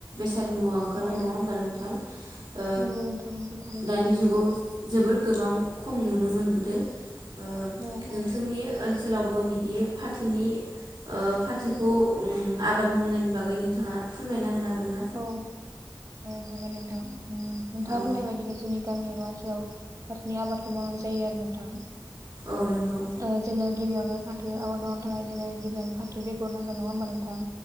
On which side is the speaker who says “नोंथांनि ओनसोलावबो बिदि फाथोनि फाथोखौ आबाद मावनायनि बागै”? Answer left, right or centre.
Right